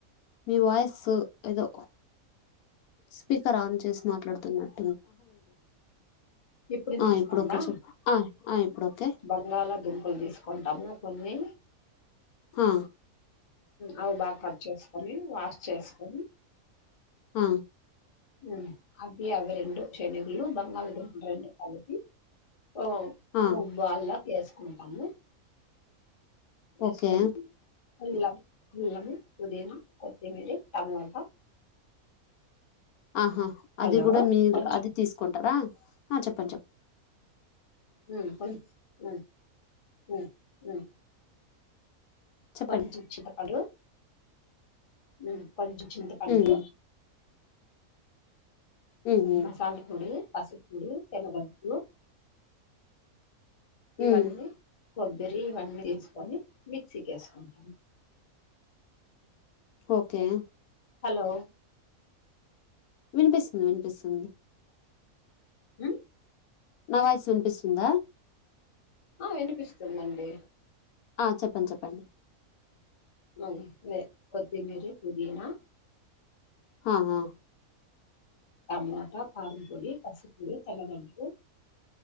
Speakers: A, on the left; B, on the left.
A: మీ వాయిస్ ఏదో స్పీకర్ ఆన్ చేసి మాట్లాడు తున్నారు
B: ఇప్పుడునిపిస్తాందా
A: ఆ ఇప్పుడు ఓకే చెప్ప ఆ ఆ ఇప్పుడు ఓకే
B: బంగాళా దుంపలు తీసుకుంటాము కొని
A: హా
B: అవి బాగా కట్ చేసుకొని వాష్ చేసుకొని
A: ఆ
B: ఉమ్ అవి అవి రెండు శణగులు బంగాళదుంపలు రెండు కలిపి ఓ
A: ఆ
B: బాల్ లా వేసుకుంటాము వేసుకొని
A: ఓకే
B: అల్లం అల్లము పుదీనా కొత్తిమీరీ టమోటా
A: ఆహా
B: హలో
A: అది కూడా మీరు
B: కొంచెం
A: అది తీసుకుంటారా ఆ చెప్పండి చెప్ప
B: ఉమ్ కొంచ ఊ ఉ ఉ
A: చెప్పండి
B: కొంచం చింతపండు ఉమ్ కొంచెం చింతపండు
A: ఉమ్ ఉమ్ ఉమ్
B: మసాలా పొడి పసుపుపుడి తెలు ఇవన్నీ
A: ఉమ్
B: కొబ్బరు ఇవన్నీ తీసుకుని మిక్సీ వేసుకోవాలి
A: ఓకే
B: హలో
A: వినిపిస్తుంది వినిపిస్తుంది
B: హ్మ్
A: నా వాయిస్ వినిపిస్తుందా
B: ఆ వినిపిస్తుందండి
A: ఆ చెప్పండి చెప్పండి
B: అ కొత్తి మిరి పుదీనా
A: ఆహా
B: టమాటా కారంపొడి పసుపుడు తెల్లగడ్డలు